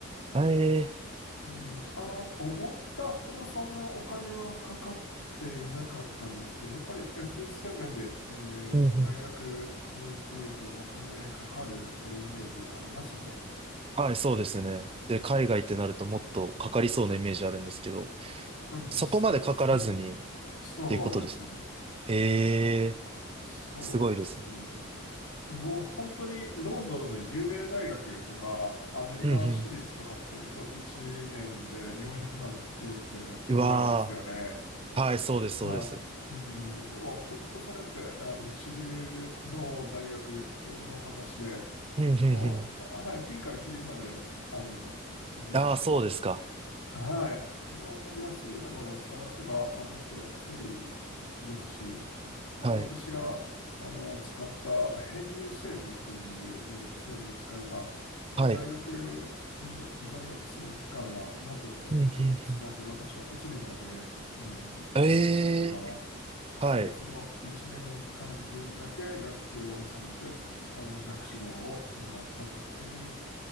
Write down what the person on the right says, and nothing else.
あえ
ー、うんうん
はい、そうですね。で、海外ってなるともっとかかりそうなイメージあるんですけど、
そこまでかからずにっ
ていうことです。えー、
すごいですね。
うんうん。
うわー、はい、そうです、
そうです。
うんうんうん。
ああ、そうですか。
はい。
はい。うん、うん、うん。
ええ
はい。